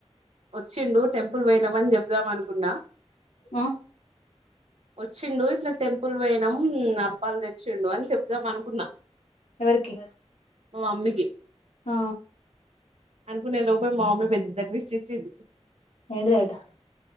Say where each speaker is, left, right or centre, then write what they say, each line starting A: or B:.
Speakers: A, on the right; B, on the left.
A: వచ్చిండు టెంపుల్ పోయినమని చెబ్దాం అనుకున్నా
B: హ.
A: వచ్చిండు ఇట్లా టెంపుల్ పోయినమ్ అప్పాలు తె చ్చిండు అని చెప్దాం అనుకున్నా
B: ఎవరికి
A: మా మమ్మీకి
B: ఆ
A: అనుకునే లోపు మా మమ్మీ పెద్ద ట్విస్ట్ ఇచ్చింది
B: ఏంటిదట